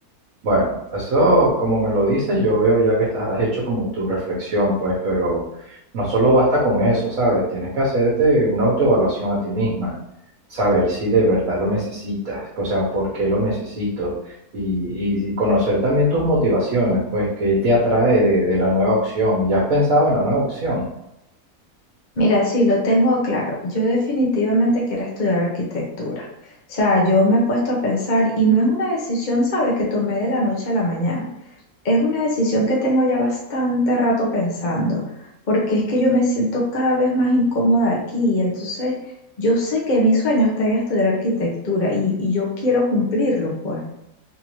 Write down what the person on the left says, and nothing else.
Mira, sí, lo tengo claro. Yo definitivamente quiero estudiar arquitectura. O sea, yo me he puesto a pensar y no es una decisión, sabes, que tomé de la noche a la mañana. Es una decisión que tengo ya bastante rato pensando, porque es que yo me siento cada vez más incómoda aquí y entonces yo sé que mi sueño está en estudiar arquitectura y, y yo quiero cumplirlo, pues.